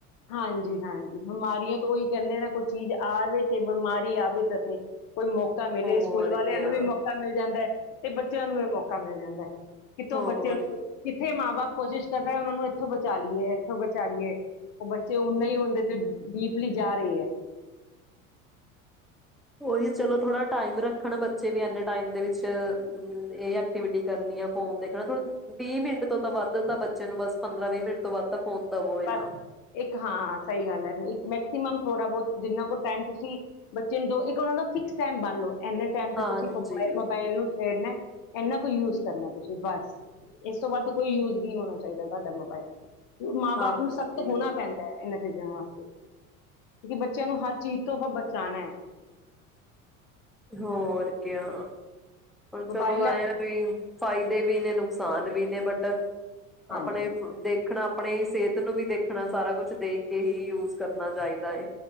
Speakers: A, on the left (about 45°); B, in the centre.
A: ਹਾਂਜੀ-ਹਾਂਜੀ ਬਿਮਾਰੀਆਂ ਤੋਂ ਓਹੀ ਕਹਿੰਦੇ ਨਾ ਕੋਈ ਚੀਜ ਆਵੇ ਤੇ, ਬਿਮਾਰੀ ਆਵੇ ਤੇ ਸਈ। ਕੋਈ ਮੌਕਾ ਮਿਲੇ,
B: ਹੋਰ
A: ਸਕੂਲ ਵਾਲਿਆਂ
B: ਕਿਆ
A: ਨੂੰ ਵੀ ਮੌਕਾ ਮਿਲ ਜਾਂਦਾ ਹੈ ਤੇ ਬੱਚਿਆਂ ਨੂੰ ਵੀ ਮੋ ਕੰਮ ਮਿਲ ਜਾਂਦਾ ਹੈ। ਕਿਥੋਂ
B: ਹੋਰ
A: ਬਚਿਆਂ ਨੂੰ <unintelligible> ਕਿੱਥੇ ਮਾਂ ਬਾਪ ਕੋਸ਼ਿਸ਼ ਕਰਦੇ ਹਾਂ ਉਹਨਾਂ ਨੂੰ ਏਥੋਂ ਬਚਾ ਲਈਏ, ਏਥੋਂ ਬਚਾ ਲਈਏ। ਬੱਚੇ ਹੁਣ ਨਹੀਂ ਹੁੰਦੇ ਤੇ ਡੀਪਲੀ ਜਾ ਰਏ ਹੈ।
B: ਕੋਈ ਨੀ ਚਲੋ ਥੋੜਾ ਟਾਈਮ ਰੱਖਣ ਬੱਚੇ ਵੀ, ਇੰਨੇ ਟਾਈਮ ਦੇ ਵਿੱਚ ਏਹ ਐਕਟੀਵਿਟੀ ਕਰਨੀ ਹੈ ਫੋਨ ਦੇਖਣਾ, ਥੋੜਾ ਵੀਹ ਮਿੰਟ ਤੋਂ ਤਾਂ ਵੱਧ ਤਾਂ ਬੱਚੇ ਨੂੰ ਬਸ ਪੰਦਰਾਂ ਵੀਹ ਮਿੰਟ ਤੋਂ ਵੱਧ ਤਾਂ ਫੋਨ ਦਵੋ ਹੀ
A: ਪਰ
B: ਨਾ
A: ਇੱਕ ਹਾਂ ਸਹੀ ਗੱਲ ਹੈ, ਇ ਮੈਕਸੀਮਮ ਥੋੜਾ ਬਹੁਤ ਜਿੰਨਾ ਕੁ ਟਾਈਮ ਤੁਸੀਂ ਬੱਚੇ ਨੂੰ ਦੋ, ਇਕ ਉਹਨਾਂ ਦਾ ਫਿਕਸ ਟਾਈਮ ਬੰਨ ਲੋ। ਇਨੇ ਟਾਈਮ ਤੇ
B: ਹਾਂਜੀ
A: ਤੁਸੀਂ ਕੰਪਾਈਲ ਮੋਬਾਈਲ ਨੂੰ ਛੇੜਨਾ ਐ। ਇਨਾ ਕੁ ਯੂਜ ਕਰਨਾ ਤੁਸੀਂ ਬਸ ਇਸ ਤੋਂ ਵੱਧ ਕੋਈ ਯੂਜ ਨਹੀਂ ਹੋਣਾ ਚਾਹੀਦਾ ਤੁਹਾਡਾ ਮੋਬਾਈਲ ਮਾਂ ਬਾਪ
B: ਹਾਂਜੀ
A: ਹੁਣ ਸਖਤ ਹੋਣਾ ਪੈਂਦਾ ਇਹਨਾਂ ਚੀਜ਼ਾਂ ਵਾਸਤੇ ਤੁਸੀਂ ਬੱਚਿਆਂ ਨੂੰ ਹਰ ਚੀਜ਼ ਤੋਂ ਬਚਾਨਾ ਐ।
B: ਹੋਰ ਕਿਆ
A: ਮੋਬਾਇਲ
B: ਚਲੋ ਆਏ ਆ ਤੁਸੀਂ ਫਾਈਵ ਦੇ ਵੀ ਨੇ ਨੁਕਸਾਨ ਵੀ ਨੇ ਬਟ
A: ਹਾਂਜੀ
B: ਆਪਣੇ ਦੇਖਣਾ ਆਪਣੇ ਸਿਹਤ ਨੂੰ ਵੀ ਦੇਖਣਾ ਸਾਰਾ ਕੁਝ ਦੇਖ ਕੇ ਹੀ ਯੂਜ ਕਰਨਾ ਚਾਹੀਦਾ